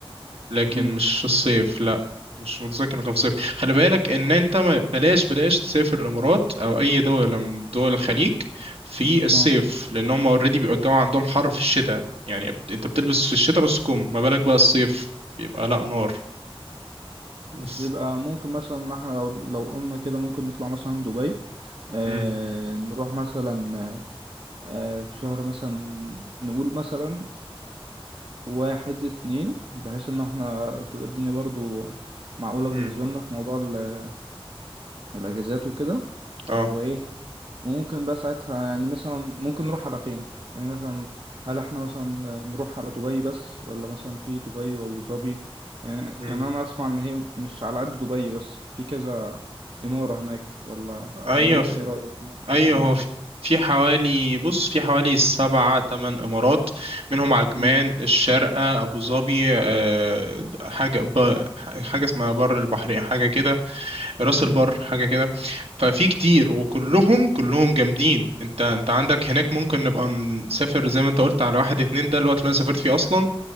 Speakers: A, on the right; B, on the right.
A: لكن
B: مم.
A: مش الصيف لا مش متذكر انه كان في الصيف خلي بالك ان انت ما- بلاش بلاش تسافر الامارات او اي دولة من دول الخليج في الصيف
B: اه
A: لان هم اوريدي بيبقى الجو عندهم حر في الشتاء يعني بت- انت بتلبس في الشتاء نص كم ما بالك بقى الصيف بيبقى لا نار بس
B: يبقى ممكن مثلا ان احنا لو لو قلنا كده ممكن نطلع مثلا دبي آه
A: امم
B: نروح مثلا آه في شهر مثلا نقول مثلا واحد اتنين بحيث ان احنا تبقى الدنيا برضو معقولة
A: امم
B: بالنسبة لنا في موضوع ال- الاجازات وكده
A: اه
B: وايه ممكن بقى ساعتها يعني مثلا ممكن نروح على فين يعني مثلا هل احنا مثلا نروح على دبي بس ولا مثلا في دبي وابو ظبي يعني
A: امم
B: يعني انا اسمع ان هي مش على قد دبي بس في كذا إمارة هناك ولا
A: ايوه
B: ولا انت ايه رأيك انا
A: ايوه
B: كنت هناك
A: هو في في حوالي بص في حوالي سبعة تمن امارات منهم عجمان
B: مم.
A: الشارقة ابو ظبي آه، حاجة ب... حاجة اسمها بر البحرية حاجة كده راس
B: مم.
A: البر حاجة كده ففي كتير وكلهم كلهم جامدين انت انت عندك هناك ممكن نبقى نسافر زي ما انت قلت على واحد اتنين ده الوقت اللي انا سافرت فيه اصلا